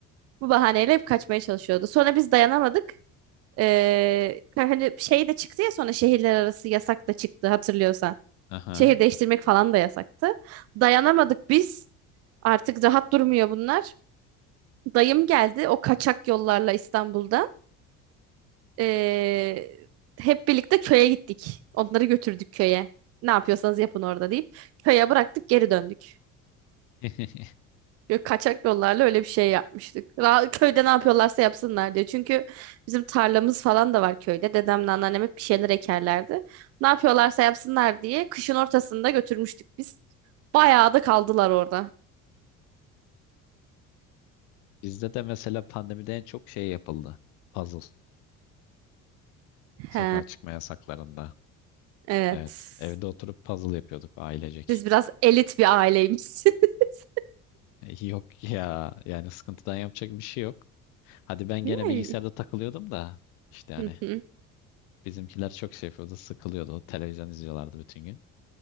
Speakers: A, on the right; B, on the left.
A: Bu bahaneyle hep kaçmaya çalışıyordu. Sonra biz dayanamadık. Ee, hani şey de çıktı ya sonra şehirler arası yasak da çıktı hatırlıyorsan.
B: aha.
A: Şehir değiştirmek falan da yasaktı. Dayanamadık biz. Artık rahat durmuyor bunlar. Dayım geldi o kaçak yollarla İstanbul'da. Ee, hep birlikte köye gittik. Onları götürdük köye. Ne yapıyorsanız yapın orada deyip köye bıraktık geri döndük.
B: <laughs>
A: Yok, kaçak yollarla öyle bir şey yapmıştık. Ra- köyde ne yapıyorlarsa yapsınlar diye. Çünkü bizim tarlamız falan da var köyde. Dedemle anneannem hep bir şeyler ekerlerdi. Ne yapıyorlarsa yapsınlar diye kışın ortasında götürmüştük biz. Bayağı da kaldılar orada.
B: Bizde de mesela pandemide en çok şey yapıldı. Puzzle.
A: He,
B: Sokağa çıkma yasaklarında.
A: evet.
B: Evet. Evde oturup puzzle yapıyorduk ailecek.
A: Siz biraz elit bir aileymişsiniz. <laughs>
B: E, Yok ya. Yani sıkıntıdan yapacak bir şey yok. Hadi ben gene
A: Değil mi?
B: bilgisayarda takılıyordum da. işte hani
A: Hı hı.
B: Bizimkiler çok şey yapıyordu, sıkılıyordu. Televizyon izliyorlardı bütün gün.